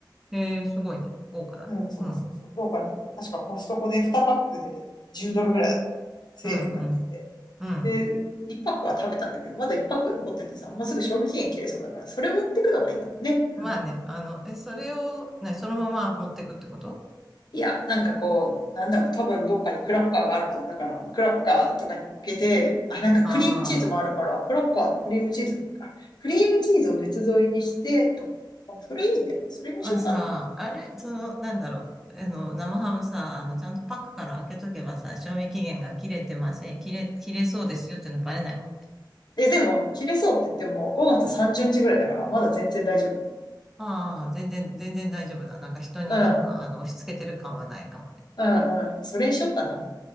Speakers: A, in the centre; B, on the left (about 60°).
A: えー、すごいね。豪華だね。
B: うん、そうそうそう、
A: うん。
B: 豪華に。確かコストコで2パックで10ドルぐらいだった。セールになってて。
A: うん、うん、うん。
B: で、1パックは食べたんだけど、まだ1パック残っててさ、もうすぐ賞味期限切れそうだから、それ持ってくのがいいかもね。うん。
A: まあね、あの、え、それを、なそのまま持ってくってこと
B: いや、なんかこう、なんだろう、多分どっかにクラッカーがあるはずだから、クラッカーとかに乗っけて、あ、なんかクリームチーズもあるから、
A: あ
B: クラッカーにクリームチーズなんか、クリームチーズを別添えにして、とか、あそれいいね。それにしようかな。
A: あー、あさ、あれ、その、なんだろう、あの、生ハムさ、あの、ちゃんとパックから開けとけばさ、賞味期限が切れてません、切れ、切れそうですよっていうのバレないもん。
B: え、でも、切れそうって言っても、5月30日ぐらいだから、まだ全然大丈夫。
A: ああ、全然、全然大丈夫だ。なんか人になんか、
B: うん、
A: あの、押し付けてる感はないかもね。
B: うん、うん。それにしようかな。